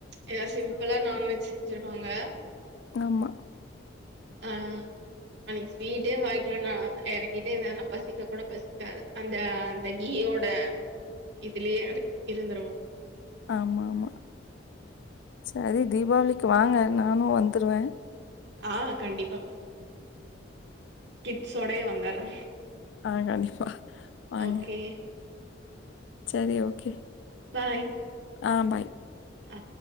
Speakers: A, on the right (about 65°); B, on the left (about 65°).
A: ஏதா சிம்புளா நான்வெஜ் செஞ்சிருவாங்க
B: ஆமா
A: ஆ எனக்கு ஸ்வீட்டே வாய்க்குல நா எறங்கிட்டே இருந்தன்னா பசிக்க கூட பசிக்காது அந்த அந்த கீயோட இதுலயே இருந்துருவாங்
B: ஆமா ஆமா சரிப் தீபாவளிக்கு வாங்க நானு வந்துருவே
A: ஆ கண்டிப்பா கிட்ஸோடயே வந்தறோ
B: ஆ கண்டிப்பா வாங்க.
A: ஓகே
B: சரி ஓகே
A: பாய்
B: ஆ பாய்
A: ஆ